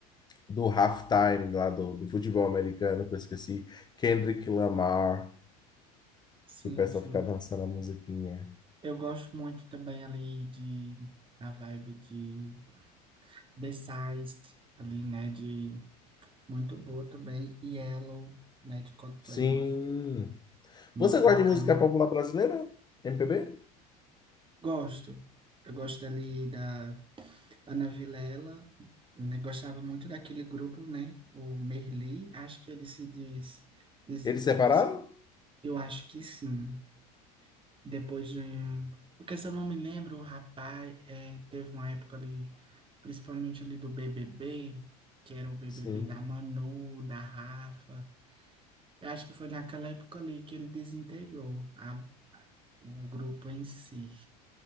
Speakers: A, on the left; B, on the right.
A: do halftime lá do, do futebol americano, que eu esqueci, Kendrick Lamar,
B: Sim,
A: que o pessoal
B: sim.
A: fica dançando a musiquinha.
B: Eu gosto muito também ali de da vibe de The Seist, ali, né? De muito boa também. Yellow, né? De Coldplay,
A: Sim.
B: muito
A: Você
B: bacana.
A: gosta de música popular brasileira? MPB?
B: Gosto. Eu gosto ali da Ana Vilela, né, gostava muito daquele grupo, né? O Merli, acho que ele se diz, diz-
A: Eles separaram?
B: diz- eu acho que sim. Depois de, um, porque se eu não me lembro, o rapaz é, teve uma época ali, principalmente ali do BBB, que era o BBB
A: Sim.
B: da Manu, da Rafa. Eu acho que foi naquela época ali que ele desintegrou a- o grupo em si.